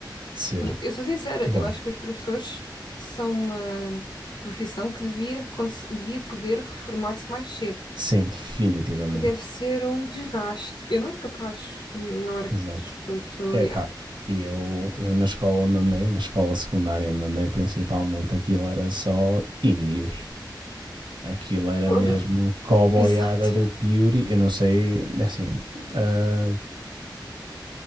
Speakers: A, on the right; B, on the left.
A: ser
B: Yeah. Eu sou sincera,
A: bom.
B: eu acho que os professores são uma profissão que devia, cons- devia poder reformar-se mais cedo,
A: Sim, definitivamente.
B: porque deve ser um desgaste. Eu não era capaz, não era
A: Exato.
B: capaz, portanto,
A: Epá,
B: yeah.
A: e eu, eu na escola onde andei, na escola secundária onde andei, principalmente aquilo era só índios. Aquilo era
B: Pô,
A: mesmo
B: <laughs>
A: coboiada
B: Exato.
A: do Piuri. Eu não sei, é assim. ah,